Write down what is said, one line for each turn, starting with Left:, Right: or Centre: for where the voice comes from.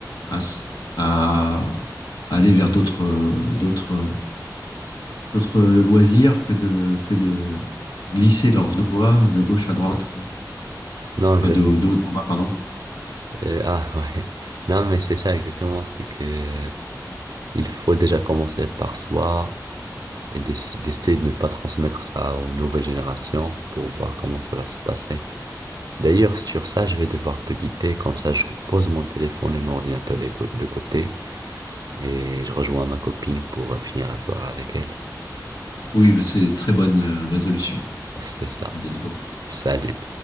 Left: à, s- à- à aller vers d'autres, euh, d'autres, euh, d'autres loisirs que de, que de glisser leurs doigts de gauche à droite, quoi.
Right: Non, exactement.
Left: Enfin, de, de haut en bas, pardon.
Right: Euh, ah, <laughs> ouais. Non, mais c'est ça exactement. C'est que il faut déjà commencer par soi et d'ess- d'essayer de ne pas transmettre ça aux nouvelles générations pour voir comment ça va se passer. D'ailleurs, sur ça, je vais devoir te quitter, comme ça je pose mon téléphone et mon ordinateur de cô- de côté et je rejoins ma copine pour euh, finir la soirée avec elle.
Left: Oui, bah, c'est très bonne euh, résolution.
Right: <laughs> C'est ça.
Left: À bientôt.
Right: Salut.